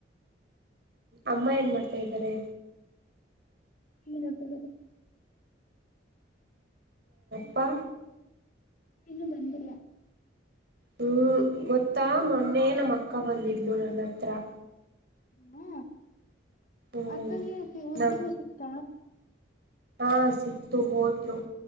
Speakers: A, on the right; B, on the left.
A: ಅಮ್ಮ ಏನ್ ಮಾಡ್ತಾ ಇದ್ದಾರೆ
B: ೀನ ಬ ಬ
A: ಪ್ಪ
B: ಇನ್ನುೂ ಬಂದಿಲ್ಲ
A: ಹ್ಮ್ ಗೊತ್ತಾ ಮೊನ್ನೆ ನಮ್ಮ ಅಕ್ಕ ಬಂದಿದ್ಲು ನನ್ನ ಹತ್ರ
B: ಹಾ
A: ಹ್ಮ್
B: ಅಕ್ಕಗೆ ಉದ್ಯೋಗ
A: ನಮ್
B: ಸಿಗ್ತ
A: ಹಾ ಸಿಕ್ತು ಹೋದ್ಲು